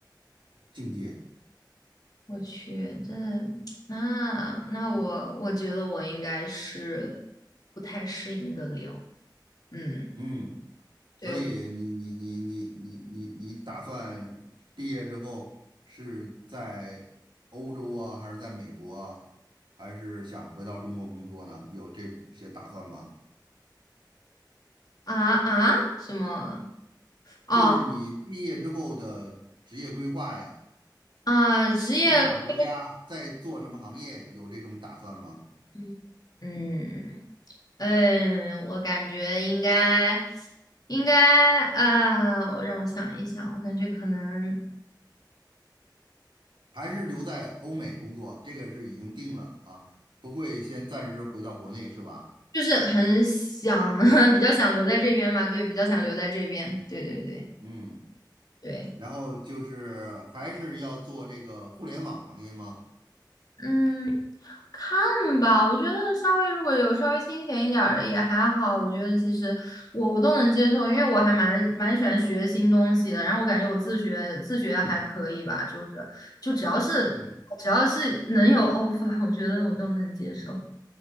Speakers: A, on the right; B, on the left.
A: 境界。
B: 我去，这那那我我觉得我应该是不太适应得了。嗯，
A: 嗯，所以你你你你你你你打算毕业之后是在欧洲啊，
B: 对，我
A: 还是在美国啊，还是想回到中国工作呢？有这些打算吗？
B: 啊啊什么？哦。
A: 就是你毕业之后的职业规划呀，
B: 啊，职业规
A: 去哪个国家，在做什么行业，有这种打算吗？
B: 嗯嗯嗯，我感觉应该应该啊，我让我想一想，我感觉可能
A: 还是留在欧美工作？这个是已经定了啊，不会先暂时回到国内是吧？
B: 就是很想，<laughs> 比较想留在这边嘛，对，比较想留在这边，对对对
A: 嗯。
B: 对，
A: 然后就是还是要做这个互联网行业吗？
B: 嗯。看吧，我觉得稍微如果有稍微清闲一点儿的也还好，我觉得其实我我都能接受，因为我还蛮蛮喜欢学新东西的，然后我感觉我自学自学还可以吧，就是就只要是只要是能有
A: 嗯，
B: <laughs> offer，我觉得我都能接受。